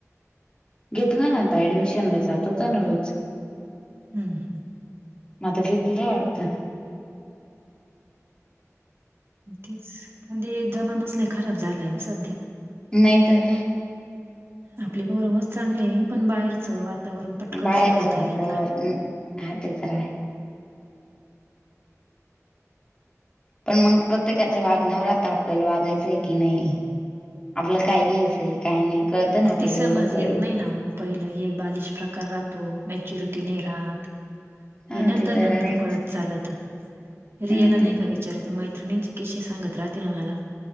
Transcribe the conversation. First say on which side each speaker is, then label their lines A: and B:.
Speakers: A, on the left (about 20°); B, on the right (about 50°).
A: घेतलं ना आता ऍडमिशन ला जात होता ना रोज
B: हम्म हम्
A: मता घेतलं <unintelligible>
B: तेच पण जमानाच लय खराब झालाय वो सध्या
A: नाहीतर काय
B: आपले पोरं मस चांगले पण बाहेरचं वातावरण पटकन
A: बाहेरचं
B: सूट होतंय
A: वातावरण
B: त्यांना.
A: हा ते तर आहे. पण मग प्रत्येकाच्या वागण्यावर राहतं आपल्याला वागायचंय की नाही. आपल्याला काय घ्यायचंय काय नाही. कळतं ना आपल्याला
B: ती समज
A: एवढं तरी
B: येत नाही. ना वो पहिलं हे बालिश प्रकार राहतो मॅच्युरिटी नाही राहत.
A: हा
B: हे नंतर
A: ते तर
B: नंतर
A: आहेच
B: कळत चालंत रियाला
A: हम्म.
B: नाही का विच च मैत्रिणीचे किस्से सांगत राहती ना मला,